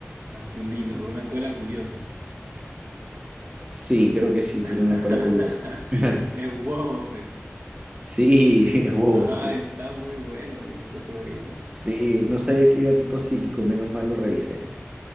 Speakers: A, on the right; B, on the right.
A: azulino, con una cola curiosa.
B: Sí, creo que sí,
A: <laughs>
B: tiene una cola curiosa. <laughs>
A: Es Wobbuffet.
B: Sí, <laughs> es huevo.
A: Ah,
B: es-
A: está muy bueno, me gustó ese Pokémon.
B: Sí, no sabía que era tipo psíquico, menos mal lo revisé.